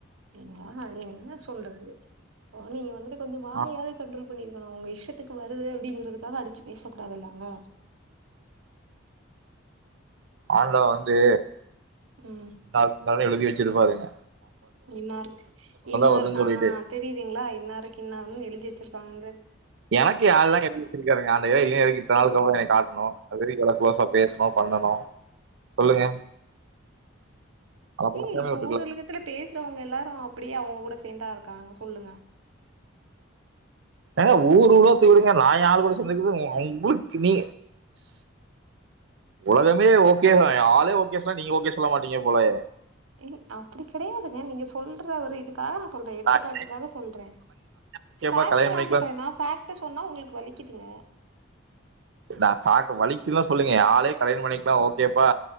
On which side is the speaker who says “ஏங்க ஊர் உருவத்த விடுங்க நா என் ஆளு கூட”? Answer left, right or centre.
Right